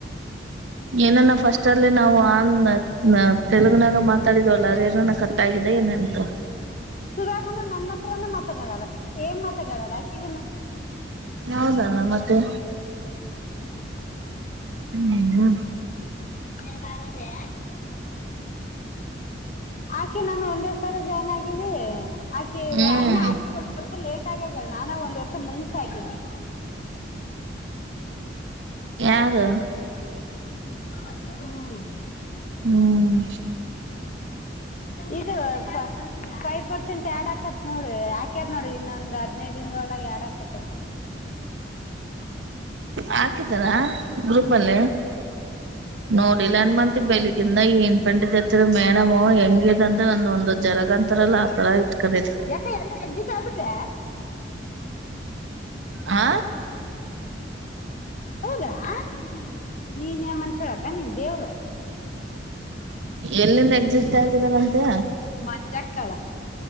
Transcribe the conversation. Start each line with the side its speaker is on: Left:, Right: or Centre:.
Right: ಏನೇನೋ ಫಸ್ಟ್ ಅಲ್ಲಿ ನಾವು ಆನ್ ತೆಲುಗುನಾಗ ಮಾತಾಡಿದ್ವಲ್ಲ ಅದೇನಾನ ಕಟ್ ಆಗಿದೆ ಏನ ಅಂತ.
Left: ಸುಾಗನು ನನ್ನ ಹತ್ರನ ಮಾತಾಡಲ್ಲ ಏಮ್ ಮಾತಾಡೆಲ್ಲ ಯಾಕೆ
Right: ಹೌದಲ್ಲ ಮತ್ತೆ. ಹ್ಮ್
Left: ನಂದ ಆಗುತ್ತೆ. ಆಕೆ ನಾನು ಒಂದೇ ಸರೆ ಜಾಯ್ನ್ ಆಗಿವಿ. ಆಕೆ
Right: ಹ್ಮ್
Left: ಇನ್ನು ಆಕೆ ಒಂದ್ ವರ್ಷ ಲೇಟ್ ಆಗಾಗಲ್ಲ ನಾನ ಒಂದ್ ವರ್ಷ ಮುಂಚೆ ಆಗನಿ.
Right: ಯಾರು
Left: ಹ್ಮ್.
Right: ಹ್ಮ್.
Left: ಇದು ಪೈಪ್ ಪರ್ಸೆಂಟ್ ಆಡ್ ಆಕತತ್ ನೋಡ ಯಾಕ್ಯಾರ್ ನೋಡಿ ಇನ್ನೊಂದ್ ಹದಿನೈದ ದಿನದೊಳಗ ಒಳಗ್ ಆ್ಯಡ್ ಅಕ್ಕೆತ್ ಅಂತ.
Right: ಹಾಕಿದ್ದಾರಾ? ಗ್ರೂಪ್ ಅಲ್ಲೇ ನೋಡಿಲ್ಲ ಅನ್ ಮತ್ ಬೆಳಿಗ್ಗೆ ಇಂದ ಏನ್ ಪಂಡಿದತಿ ಮೇರಮ ಹೆಂಗಿದ ಅಂತ ಒಂದ ಒಂದು ಜರಗ ಅಂತಾರಲ್ಲ ಆತರ ಇಟ್ಕೊಂಡಿದ.
Left: ಕ ಎಲ್ಲ ಎಕ್ಜಿಟ್ ಆಗಬಿಟ್ಟೆ?
Right: ಹಾ
Left: ಹೌದಾ ಹ್ಮ್ ನೀನ್ಯ ಮನುಷ್ಯಾಳ ಅಕ್ಕ ನೀನ್ ದೇವ್ರು.
Right: ಎಲ್ಲಿಂದ ಎಕ್ಸಿಟ್ ಆಗಿದಲ್ಲ ಅಂತೆ.
Left: ಮಚ್ಚಾ ಕಲ್ಲ